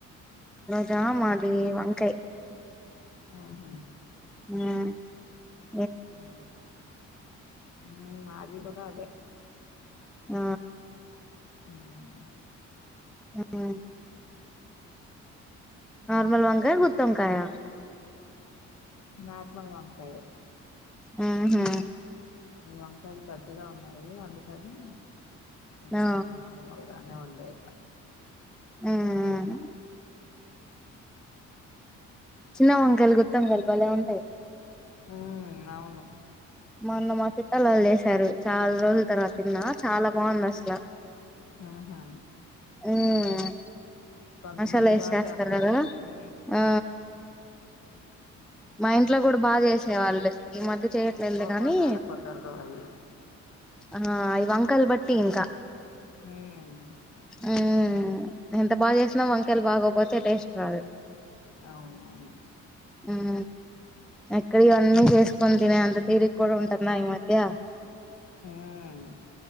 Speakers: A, in the centre; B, on the left.
A: జా మాది వంకాయ
B: ఆహా
A: మ్భ్
B: హ ఉమ్మ్ మాది కూడా అదే
A: ఆ
B: ఉమ్
A: ఆ నార్మల్ వంకాయ గుత్తొంకాయ
B: నార్మల్ వంకాయే
A: ఉహూ
B: ఈ వంకాయలు పెద్దగా ఉన్నాయి అందుకని ఇంకా
A: ఆ
B: నార్మల్గానే వండేస
A: మ్మ్ చిన్న వంకాయలు గుత్తొంకాయలు బలే ఉంటాయి
B: ఉ అవును
A: మొన్న మా చుట్టాల వాళ్ళు చేశారు చాలా రోజుల తర్వాత తిన్నా చాలా బాగుంది అసలా
B: ఆహా
A: మ్మ్
B: కొంతమంది
A: మసాలా ఏసి
B: బాగా చేస్తారు
A: కదా
B: ఊ
A: ఆ మా ఇంట్లో కూడా బాగా చేసేవాళ్ళు ఈ మధ్య చేయట్లేదు లే
B: ఒక్కోసారి
A: కానీ
B: కుదరదు అయి
A: ఆ ఇ వంకాయలను బట్టి ఇంకా
B: ఉమ్
A: ఆ ఎంత బాగా చేసినా వంకాయలు బాగోపోతే టేస్ట్ రాదు
B: అవునవును
A: ఆ ఎక్కడ ఇవన్నీ చేసుకొని తినే అంత తిరిగి కూడా ఉంటున్నా ఈ మధ్య
B: హ్మ్.